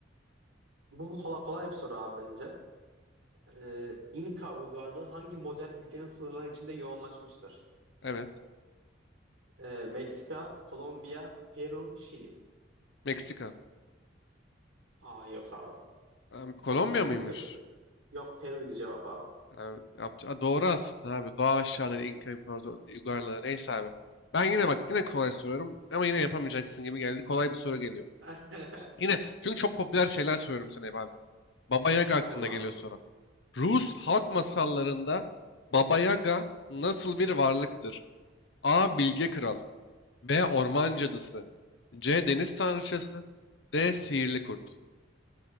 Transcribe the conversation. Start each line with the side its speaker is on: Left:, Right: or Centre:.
Right: Bu kolay, kolay bir soru abi bence. Ee, İnka uygarlığı hangi modern ülkenin sınırları içinde yoğunlaşmıştır?
Left: Evet.
Right: Ee, Meksika, Kolombiya, Peru, Şili.
Left: Meksika.
Right: Aa yok abi.
Left: Em, Kolombiya
Right: Yemedi.
Left: mıymış?
Right: Pe- pe- yok Peru'ydu cevap abi.
Left: Em, yaptı- Ha, doğru aslında abi. Doğa aşağıda İnka İmparator uygarlığı neyse abi. Ben yine bak yine kolay soruyorum ama yine yapamayacaksın gibi geldi. Kolay bir soru geliyor.
Right: <laughs>
Left: Yine çünkü çok popüler şeyler soruyorum sana hep abi. Baba Yaga hakkında
Right: Tamam
Left: geliyor
Right: abi.
Left: soru. Rus halk masallarında Baba Yaga nasıl bir varlıktır? A. Bilge Kral B. Orman Cadısı C. Deniz Tanrıçası D. Sihirli Kurt